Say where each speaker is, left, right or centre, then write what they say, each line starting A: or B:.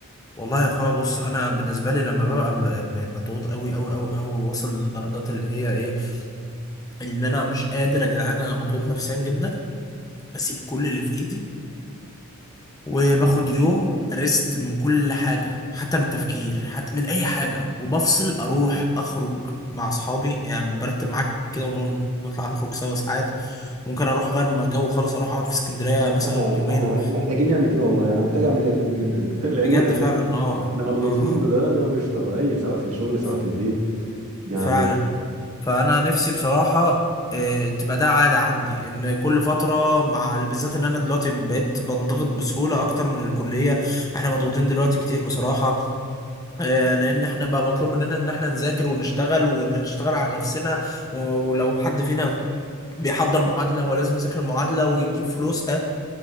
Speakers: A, on the left (about 15°); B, on the right (about 80°).
A: والله يا اخويا بص انا بالنسبه لي لما ببقى م- م- مضغوط قوي قوي قوي قوي واصل لدرجات اللي هي ايه ان انا مش قادر يا جدعان انا مضغوط نفسيا جدا بسيب كل اللي في ايدي وباخد يوم ريست من كل حاجة حتى من التفكير حتى من أي حاجة وبفصل أروح أخرج مع أصحابي يعني برتب معاك كده ونطلع نخرج سوا ساعات ممكن أروح أغير م- جو خالص أروح أقعد في اسكندرية
B: بس
A: مثلا
B: احنا
A: يومين
B: احنا مح- محتاجين نعمل كده والله انا محتاج اعمل كده كده جدا <laughs> لان
A: بجد فعلا أه
B: احنا مضغوطين
A: أه أه
B: بدرجه مش طبيعيه سواء في الشغل سواء
A: ف-
B: في البيت يعني
A: فعلا فأنا نفسي بصراحة آه، تبقى ده عادة عندي إن كل فترة مع بالذات إن أنا دلوقتي بقيت بنضغط بسهولة أكتر من الكلية إحنا مضغوطين دلوقتي كتير بصراحة آه، لان احنا بقى مطلوب مننا ان احنا نذاكر ونشتغل ونشتغل على نفسنا و- ولو حد فينا بيحضر معادلة هو لازم يذاكر المعادلة ويجيب فلوسها